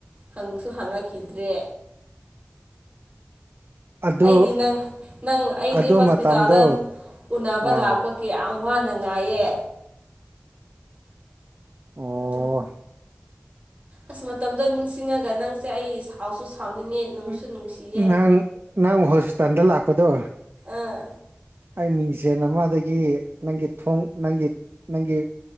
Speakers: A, on the right; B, on the right.
A: ꯍꯪꯁꯨ ꯍꯪꯉꯛꯈꯤꯗ꯭ꯔꯦ
B: ꯑꯗꯨ
A: ꯑꯩꯗꯤ ꯅꯪ ꯅꯪ ꯑꯩꯗꯤ
B: ꯑꯗꯨ
A: ꯍꯣꯁꯄꯤꯇꯥꯜꯗ
B: ꯃꯇꯝꯗꯣ
A: ꯎꯅꯕ
B: ꯑꯥ
A: ꯂꯥꯛꯄ ꯀꯌꯥꯝ ꯋꯥꯅ ꯅꯨꯡꯉꯥꯏꯌꯦ
B: ꯑꯣ
A: ꯎꯝ ꯑꯁ ꯃꯇꯝꯗꯣ ꯅꯤꯡꯁꯤꯡꯉꯒ ꯅꯪꯁꯦ ꯑꯩ ꯁꯥꯎꯁꯨ ꯁꯥꯎꯅꯤꯡꯉꯦ ꯅꯨꯡꯁꯨ
B: ꯎ
A: ꯅꯨꯡꯁꯤꯌꯦ
B: ꯅꯪ ꯅꯪ ꯍꯣꯁꯄꯤꯇꯥꯜꯗ ꯂꯥꯛꯄꯗꯣ
A: ꯑꯥ
B: ꯑꯩ ꯃꯤꯡꯁꯦꯟ ꯑꯃꯗꯒꯤ ꯅꯪꯒꯤ ꯊꯣꯡ ꯅꯪꯒꯤ ꯅꯪꯒꯤ